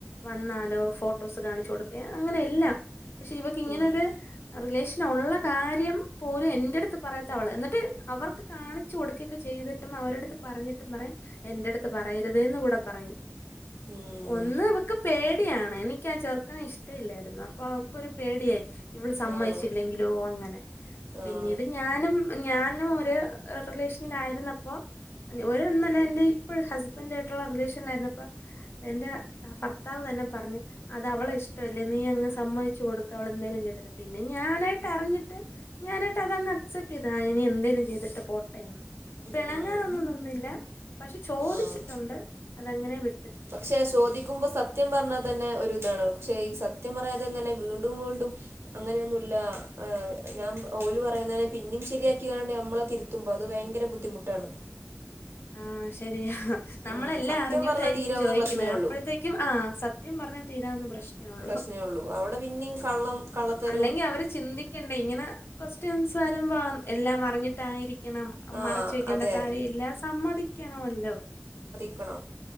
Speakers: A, on the left; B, on the right.
A: വന്നാലോ ഫോട്ടോസ് കാണിച്ചു കൊടുക അങ്ങനെയല്ലാം പക്ഷെ ഇവക്ക് ഇങ്ങനൊര്
B: ഉം
A: റിലേഷനൊള്ള പോലും എന്റടുത്ത് പറയാത്ത അവള് ന്നിട്ട് അവർക്ക് കാണിച്ച് കൊടുക്കൊക്കെ ചെയ്തിട്ടും അവരടുത്ത് പറഞ്ഞി പറയും എൻ്റടുത്ത് പറയരുതേന്ന് കൂടെ പറയും
B: ഉം
A: ഒന്ന് ഇവക്ക് പേ ടിയാണ് എനിക്കാ ചെർക്കനെ ഇഷ്ടവില്ലായിര്ന്ന് അപ്പോ അവക്കൊരു പേടിയായി ഇവൾ സമ്മതിച്ചില്ലെങ്കി
B: ആഹ്
A: ലോ അങ്ങനെ
B: ആഹ്
A: പിന്നീട് ഞാനും ഞാനു ഒര് റിലേഷനിലായിര്ന്നപ്പോ <unintelligible> എന്റെ ഇപ്പഴ ഹസ്ബൻ്റ് ആയിട്ടൊള്ള റിലേഷനിലായിരുന്നപ്പൊ എന്റെ ഫർത്താവ് ന്നെ പറഞ്ഞ് അത് അവളെഷ്ടവല്ലേ നീ അങ്ങ് സമ്മതിച്ചു കൊടുക്ക് അവളെന്തേലും ചെയ്യട്ട പിന്നെ ഞാനായി ട്ടറിഞ്ഞിട്ട് ഞാനിട്ട് അതങ് അക്സെപ്റ്റ് ചെയ്തിനി എന്തേലും ചെയ്തിട്ട് പോട്ടെന്ന്. പിണങ്ങാനൊന്നും
B: ഉം
A: നിന്നില്ല പക്ഷെ ചോദിച്ചിട്ടൊണ്ട്
B: ആഹ്
A: അതങ്ങനേ വി
B: പക്ഷെ ചോദിക്കുമ്പോ സത്യം പറഞ്ഞാ തന്നെ ഒരുതാണ് ക്ഷെ ഈ സത്യം പറയാതെങ്ങനെ വീണ്ടും വീണ്ടും അങ്ങന്യൊന്നുല്ലാ ഞാ ഓല് പറയുന്നതിനെ പിന്നും ശരിയാക്കിങ്ങാണ്ട് അമ്മളെ തിരുത്തുമ്പോ അത് ഭയങ്കര ബുദ്ധിമുട്ടാണ്.
A: ആ ശെരിയാ. നമ്മളെല്ലാം
B: ഉം സത്യം
A: അറിഞ്ഞിട്ടായിരിക്കും
B: പറഞ്ഞാ തീരാവുന്ന
A: ചോദിക്കുന്നെ
B: പ്രശ്നേ ഉള്ളൂ
A: അപ്പോഴത്തേക്കും ആ സത്യം പറഞ്ഞാ തീരാവുന്ന പ്രശ്നേ ഒള്ളു
B: പ്രശ്നേള്ളൂ അവിടെ പിന്നെം കള്ളം കള്ളത്തരും
A: അല്ലെങ്കി അവര് ചിന്തിക്കണ്ടേ ഇങ്ങനെ ക്വസ്റ്റ്യൻസ് വരുമ്പോ എല്ലാം അറിഞ്ഞിട്ടായിരി ക്കണം
B: ആഹ്
A: മറച്ച് വെക്കേണ്ട
B: അതെ
A: കാര്യവില്ല, സമ്മതിക്കണമല്ലോ.
B: ക്കണം.